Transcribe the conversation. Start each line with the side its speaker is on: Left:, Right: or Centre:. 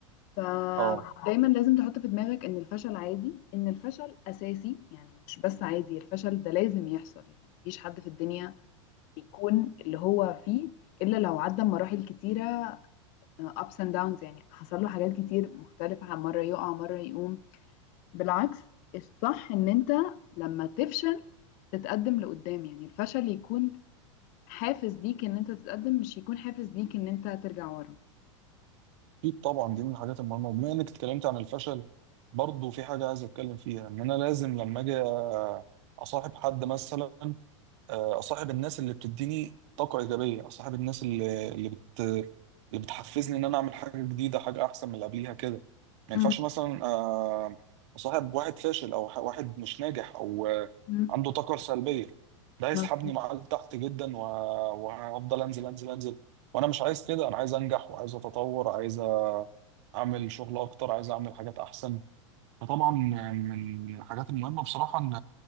Left: فدايما
Right: اه
Left: لازم تحط في دماغك ان الفشل عادي ان الفشل اساسي يعني مش بس عادي الفشل ده لازم يحصل يعني مفيش حد في الدنيا يكون اللي هو فيه الا لو عدى مراحل كتيره آه، ups and downs يعني حصل له حاجات كتير مختلفه مره يقع مره يقوم بالعكس الصح ان انت لما تفشل تتقدم لقدام يعني الفشل يكون حافز ليك ان انت تتقدم مش هيكون حافز ليك ان انت ترجع ورا
Right: اكيد طبعا دي من الحاجات المهمه وبما انك اتكلمت عن الفشل برضه في حاجه عايز اتكلم فيها ان انا لازم لما اجي اصاحب حد مثلا آه، اصاحب الناس اللي بتديني طاقه ايجابيه اصاحب الناس اللي اللي بت اللي بتحفزني ان انا اعمل حاجه جديده حاجه احسن من اللي قبليها كده ما
Left: مم.
Right: ينفعش مثلا آه، اصاحب واحد فاشل او ح- واحد مش ناجح او آه،
Left: مم.
Right: عنده طاقه سلبيه ده هيسحبني
Left: مظبوط
Right: معاه لتحت جدا و- وهفضل انزل انزل انزل وانا مش عايز كده انا عايز انجح وعايز اتطور عايز اعمل شغل اكتر عايز اعمل حاجات احسن فطبعا من الحاجات المهمه بصراحه ان